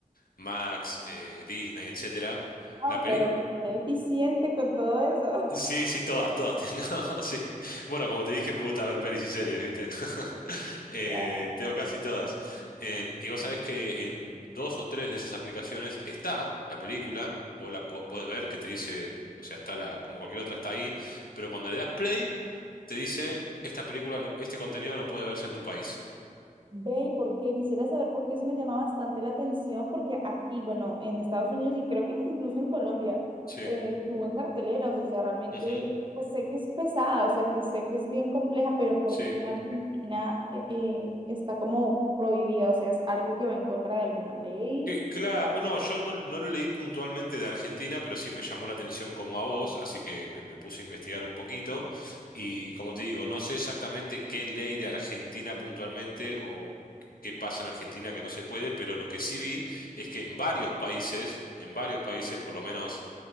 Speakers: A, on the left; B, on the right.
A: Max, eh, Disney, etcétera,
B: Wow,
A: la película
B: pero qué eficiente con todo eso.
A: Sí, sí, todas, todas. tengo, <laughs> sí. Bueno, como te dije, me gusta ver pelis y series, ¿viste? <laughs> Eh,
B: <laughs>
A: tengo casi todas. Em, y vos sabés que en dos o tres de esas aplicaciones está la película, vos la po- podés ver que te dice, o sea, está la, como cualquier otra está ahí, pero cuando le das play, te dice, esta película, no, este contenido no puede verse en tu país.
B: Ve, ¿y ¿por qué? Quisiera saber por qué eso me llama bastante la atención, porque aquí, bueno, en Estados Unidos y creo que incluso en Colombia,
A: Sí.
B: eh, estuvo en carteleras, o sea, realmente
A: ujú,
B: pues, sé que es pesada, o sea, que sé que es bien compleja, pero ¿por
A: Sí,
B: qué en Argentina eh, está como prohibida? O sea, es algo que va en contra de alguna ley,
A: Que- Claro,
B: está
A: bueno, yo no, no lo leí puntualmente de Argentina, pero sí me llamó la atención como a vos, así que me, me puse a investigar un poquito y como te digo, no sé exactamente qué ley de Argentina puntualmente o qué pasa en Argentina que no se puede, pero lo que sí vi es que en varios países, en varios países, por lo menos,